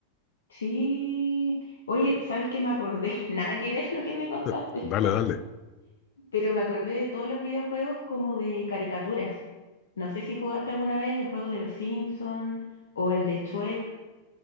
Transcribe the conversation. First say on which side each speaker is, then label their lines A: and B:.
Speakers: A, on the left (about 70°); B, on the left (about 35°).
A: Sí, oye, ¿sabes qué me acordé? <laughs> Nada que ver lo que me contaste,
B: Eh, Dale, dale.
A: pero me acordé de todos los videojuegos como de caricaturas. No sé si jugaste alguna vez el juego de los Simpsons o el de Shrek.